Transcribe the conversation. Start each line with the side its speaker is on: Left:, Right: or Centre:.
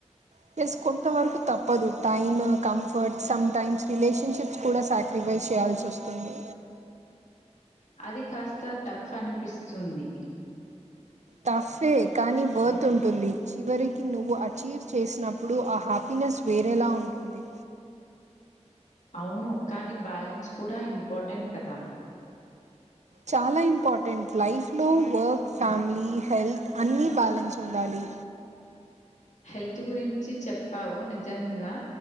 Right: ప్లస్ కొంతవరకు తప్పదు టైమ్ కంఫర్ట్ సమ్టైమ్స్ రిలేషన్షిప్స్ కూడా సాక్రిఫైస్ చేయాల్సి వస్తుంది
Left: అది కాస్త టఫ్ అనిపిస్తుంది
Right: టఫ్ఫే కానీ వర్త్ ఉంటుంది చివరికి నువ్వు అచీవ్ చేసినప్పుడు ఆ హ్యాపీనెస్ వేరేలా ఉంటుంది
Left: అవును కానీ బ్యాలెన్స్ కూడా ఇంపార్టెంట్ కదా
Right: చాలా ఇంపార్టెంట్ లైఫ్లో వర్క్ ఫ్యామిలీ హెల్త్ అన్నీ బ్యాలెన్స్ ఉండాలి
Left: హెల్త్ గురించి చెప్పావు నిజంగా